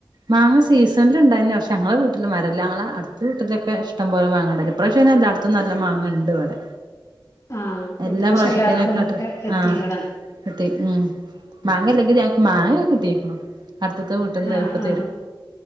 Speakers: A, on the right (about 60°); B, on the left (about 45°).
A: മാങ്ങ സീസൺല് ണ്ടായിരുന്നു പക്ഷേ ങ്ങളെ വീട്ടില് മരല്ല ഞങ്ങളെ അടുത്ത വീട്ടിതൊക്കെ ഇഷ്ട പോലെ മാങ്ങാ ഇഡേയ്ഞ്ഞി ഇപ്രാവശ്യം അയ്‌ന് എല്ലാ അടുത്തും നല്ല മാങ്ങ ഇണ്ട് ഇവടെ
B: ആഹ്
A: എല്ലാ
B: ഇപ്രാവശ്യം
A: പ്രാവശ്യത്തിനെകാട്ടിലും
B: എല്ലാർക്കും എ എത്തിക്ക്ണ്
A: ആഹ് ത്തെ ഉമ് മാങ്ങല്ലെങ്കിലും ഞങ്ങക്ക് മാങ്ങ ഒക്കെ കിട്ടിക്ക്‌ണു അടുത്ത്ത്തെ വീട്ട്ന്ന്
B: ആഹ്
A: ഒക്കെ തരും
B: ആഹ്